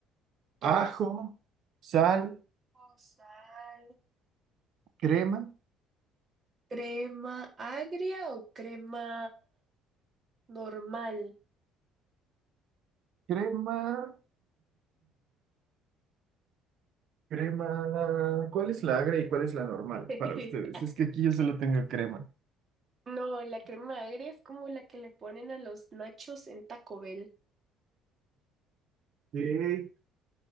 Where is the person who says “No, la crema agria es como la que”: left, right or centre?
Right